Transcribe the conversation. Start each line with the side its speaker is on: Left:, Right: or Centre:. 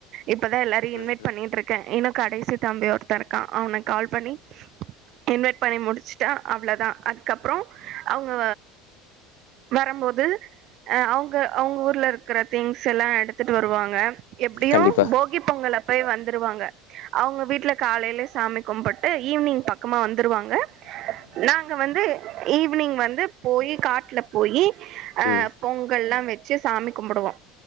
Right: இப்பதா எல்லாரு
Left: ம்
Right: இன்வைட் பண்ணிட்டு
Left: ம்
Right: இருக்கே இன்னு கடைசி தம்பி ஒருத்த இருக்கா அவன கால் பண்ணி இன்வைட் பண்ணி முடிச்சுட்டா அவ்ளோதா அதுக்கப்பறோ அவ்ங்க வரம்போது அ அவங்க அவங்க ஊர்ல இருக்கிற திங்ஸ் எல்லா எடுத்துட்டு வருவாங்க எப்டியு
Left: கண்டிப்பா
Right: போகி பொங்கல் அப்பயே வந்துருவாங்க அவங்க வீட்டுல காலைலே சாமி கும்புட்டு ஈவினிங் பக்கமா வந்துருவாங்க நாங்க வந்து ஈவி்னிங் வந்து போயி காட்ல போயி அ
Left: ம்
Right: பொங்கல்லா வச் சு சாமி கும்புடுவோ